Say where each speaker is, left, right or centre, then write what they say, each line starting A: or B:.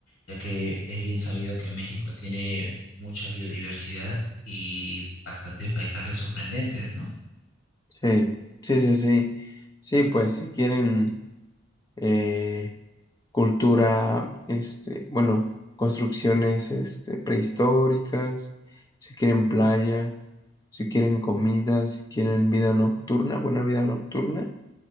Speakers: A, on the left; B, on the left.
A: ya que es bien sabido que México tiene mucha biodiversidad y bastantes paisajes sorprendentes, ¿no?
B: sí, sí, sí, sí, sí, pues si quieren eh, cultura, este, bueno, construcciones este, prehistóricas, si quieren playa, si quieren comida, si quieren vida nocturna, buena vida nocturna,